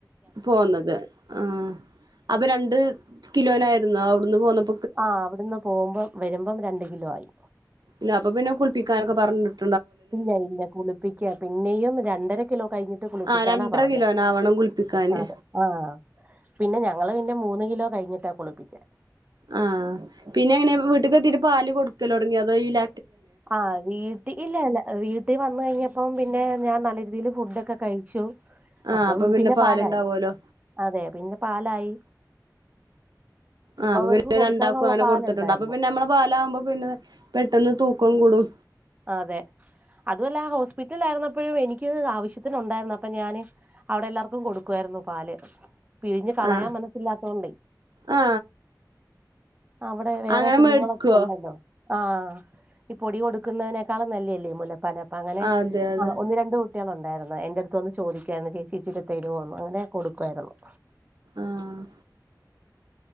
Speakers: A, on the right (about 70°); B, on the right (about 20°).
A: പന്നത് ആ അപ്പൊ രണ്ട് കിലോനായിരുന്നോ അവിടുന്ന് പോന്നപോ
B: ആഹ് അവിടുന്ന് പോകുമ്പോ വരുമ്പം രണ്ട് കിലോ ആയി
A: ഇല്ല അപ്പൊ പിന്നെ കുളപ്പിക്കാനൊക്കെ പറഞ്ഞിണ്ട്
B: ഇല്ല ഇല്ല കുളിപ്പിക്ക പിന്നെയും രണ്ടര കിലോ കഴിഞ്ഞിട്ട് കുളിപ്പിക്കാനാ
A: ആഹ് രണ്ടര
B: പറഞ്ഞത്
A: കിലോനാവണം കുളിപ്പിക്കാന്
B: അതെ ആ പിന്നെ ഞങ്ങള് പിന്നെ മൂന്ന് കിലോ കഴിഞ്ഞിട്ടാ കുളിപ്പിച്ച
A: ആഹ് പിന്നെങ്ങനെ വീട്ടക്ക്ത്തിരി പാല് കൊടുക്കലോ തുടങ്ങി അതോല
B: ആഹ് വീട്ടി ഇല്ല ഇല്ല വീട്ട ട്ടി വന്ന കഴിഞ്ഞപ്പം പിന്നെ ഞാൻ നല്ല രീതിയിൽ ഫുഡൊക്കെ കഴിച്ചു
A: ആഹ്
B: അപ്പം
A: അപ്പൊ
B: പിന്നെ
A: പാലുണ്ടാവോലോ
B: പാലായി അതെ പിന്നെ പാലായി
A: ആഹ് അപ്പൊ
B: അവർക്ക്
A: പിന്നെ
B: കൊടുക്കാനുള്ള
A: രണ്ടാക്കും അങ്ങനെ
B: പാലുണ്ടായിരുന്നു
A: കൊടുത്തിട്ടുണ്ട് അപ്പൊ പിന്നെ നമ്മളെ പാലാകുമ്പോ പിന്നെ പെട്ടെന്ന് തൂക്കം കൂടും
B: അതെ അതുമല്ലെ ഹോസ്പിറ്റലിലായിരുന്നപ്പോഴും എനിക്ക്ത് ആവശ്യത്തിന് ഒണ്ടായിരുന്നു അപ്പൊ ഞാാന് അവിടെ എല്ലാർക്കും കൊടുക്കുായിരുന്നു പാല്- പിഴിഞ്ഞു കളയാൻ
A: ആ
B: മനസ്സില്ലാത്തോണ്ട്
A: ആ
B: അവിടെ വേറെ
A: അങ്ങനെ
B: കുഞ്ഞുങ്ങളൊക്കെ
A: മേടിക്കുവോ
B: ഒണ്ടല്ലോ ആഹ ഇ പൊടി കൊടുക്ക ക്കുന്നതിനക്കാളും നല്ലേ മുല- പാല്അപ്പൊ അങ്ങനെ
A: അതെ അതെ
B: ആ ഒന്ന് രണ്ട് കുട്ടികളുണ്ടായിരുന്നു എന്റെറടുത്ത് ഒന്ന് ചോദിക്കായിരുന്നു ചേിച്ചി ഇച്ചിരി തരുമോന്ന് അങ്ങനെ കൊടുക്കുവായിരുന്നു-
A: ആഹ്